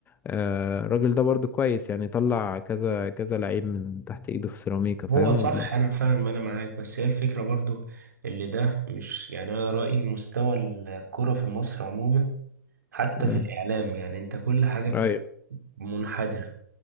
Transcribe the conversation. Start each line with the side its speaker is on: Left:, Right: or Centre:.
Left: آه، الراجل ده برضو كويس يعني طلع كذا كذا لعيب من تحت ايده في سيراميكا فاهم
Right: هو صح انا فاهم انا معاك بس هي الفكرة برضو اللي ده مش يعني انا رأيي مستوى الكرة في مصر عموما حتى
Left: لا
Right: في الاعلام يعني انت كل حاجة بت-
Left: ايوه
Right: منحدرة